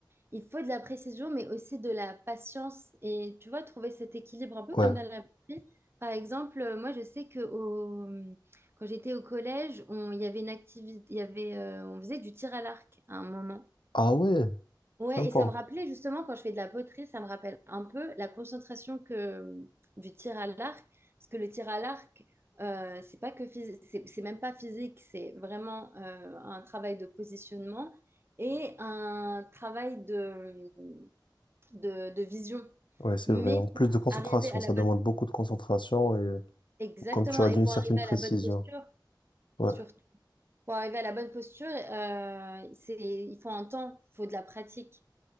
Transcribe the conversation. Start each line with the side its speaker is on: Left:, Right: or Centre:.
Right: Il faut de la précision, mais aussi de la patience. Et tu vois, trouver cet équilibre un peu
Left: <laughs> Ouais.
Right: comme dans la batterie. Par exemple, euh, moi, je sais que au... quand j'étais au collège, on... il y avait une activité, il y avait, euh, on faisait du tir à l'arc à un moment.
Left: Ah ouais,
Right: Ouais,
Left: sympa.
Right: et ça me rappelait justement, quand je fais de la poterie, ça me rappelle un peu la concentration que, hum, du tir à l'arc. Parce que le tir à l'arc, euh, c'est pas que phys- c'est c'est même pas physique, c'est vraiment euh, un travail de positionnement et un travail de, hum, de, de vision.
Left: Ouais, c'est
Right: Mais
Left: vrai. En plus
Right: pour
Left: de concentration,
Right: arriver à la
Left: ça
Right: bonne,
Left: demande beaucoup de concentration et, euh,
Right: exactement,
Left: comme tu as
Right: et
Left: dit, une
Right: pour
Left: certaine
Right: arriver
Left: précision.
Right: à la bonne posture,
Left: Ouais.
Right: surtout, pour arriver à la bonne posture, euh, c'est, il faut un temps, il faut de la pratique.